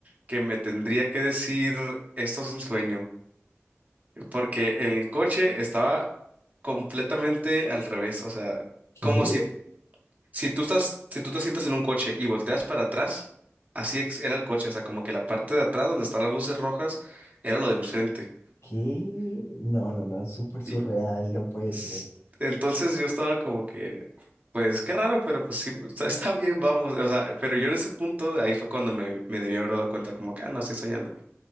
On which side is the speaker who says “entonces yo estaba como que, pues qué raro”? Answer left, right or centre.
Right